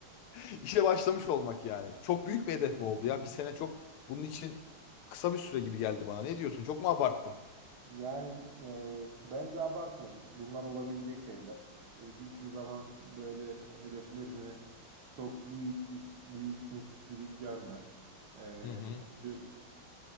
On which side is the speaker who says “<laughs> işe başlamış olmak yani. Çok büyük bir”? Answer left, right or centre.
Left